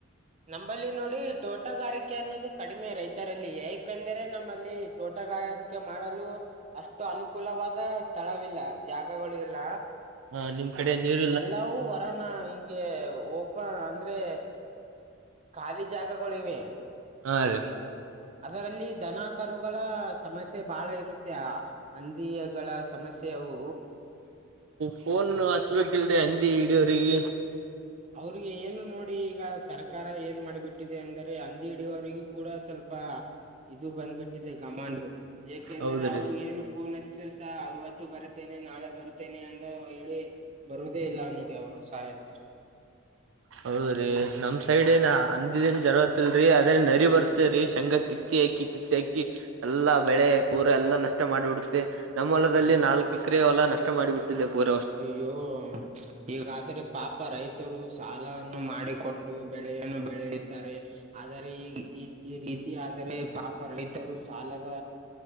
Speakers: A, on the right; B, on the right.
A: ನಂಬಲ್ಲಿ ನೋಡಿ ತೋಟಗಾರಿಕೆ ಅನ್ನೋದು ಕಡಿಮೆ ರೈತರಲ್ಲಿ ಏಕಂದ್ರೆ ನಮ್ಮಲ್ಲಿ ತೋಟಗಾರಿಕೆ ಮಾಡಲು ಅಷ್ಟು ಅನುಕೂಲವಾದ ಸ್ಥಳವಿಲ್ಲ ಜಾಗಗಳು ಇಲ್ಲ
B: ಹಾ, ನಿಮ್ ಕಡೆ ನೀರು
A: ಎಲ್ಲಾವೂ ಒರೋಣ <unintelligible> ಓಪನ್ ಅಂದ್ರೆ ಖಾಲಿ ಜಾಗಗಳು ಇವೆ
B: ಹಾ, ರೀ
A: ಅದರಲ್ಲಿ ದನ ಕರುಗಳ ಸಮಸ್ಯೆ ಬಾಳ ಇರುತ್ತೆ. ಹಂದಿಗಳ ಸಮಸ್ಯೆಅವು
B: ಫೋನ್ ಹಚ್ಬೇಕಿಲ್ರೀ ಹಂದಿ ಇಡಿಯೋರಿಗೆ.
A: ಅವ್ರಿಗೆ ಏನು ನೋಡಿ ಈಗ ಸರ್ಕಾರ ಏನ್ ಮಾಡಿಬಿಟ್ಟಿದೆ ಅಂದರೆ ಹಂದಿಹಿಡಿಯವರಿಗ ಕೂಡ ಸ್ವಲ್ಪ ಇದು ಬಂದ್ಬಿಟ್ಟಿದೆ ಕಮಾಂಡು ಏಕೆಂದ್ರೆ
B: ಹೌದ್ರಿ
A: ಅವರು ಏನು ಫೋನ್ತ್ಸ ಅಚ್ಚದರುಸಹಾ ಇವತ್ತು ಬರುತ್ತೇನೆ. ನಾಳೆ ಬರುತ್ತೇನೆ ಅಂತ ಹೇಳಿ ಬರುದೇ ಇಲ್ಲ ಡಿ ಅವ್ರು ಸಹಾಯತಾರೆ <inaudible> <unintelligible>
B: ಹೌದ್ರೀ ನಮ್ ಸೈಡ್
A: ಹ್ಮ್
B: ಏನ ಅಂದಿದನ್ ಜರಗತ್ತಲ್ರರಿ ಅದ್ರೆ ನರಿ ಬರ್ತೇ್ರೀ ಶಂಗಾ ಕಿತ್ತಿ ಹಾಕಿ ಕಿತ್ತಿ ಹಾಕಿ <unintelligible> ಎಲ್ಲಾ ಬೆಳೆ ಪೂರಾ ಎಲ್ಲಾ ನಷ್ಟ ಮಾಡಿಬಿಡತ್ತೆ. ನಮ್ಮ ಹೊಲದಲ್ಲಿ
A: ಹೌದು
B: ನಾಲ್ಕ ಎಕರೆೆಯ ಹೊಲ ನಷ್ಟ ಮಾಡಿಬಿಟ್ಟಿದೆ ಪೂರ
A: ಅಯ್ಯೋ! ಹೀಗಾದ್ರೆ ಪಾಪ ರೈತರು ಸಾಲನ್ನು ಮಾಡಿಕೊಂಡು ಬೆಳೆಯನ್ನು ಬೆಳೆಯುವರಿದ್ದಾರೆ. ಆದರೆ ಈ ಈ ಈ ರೀತಿ ಆದರೆ ಪಾಪ ರೈತರು ಸಾಲದ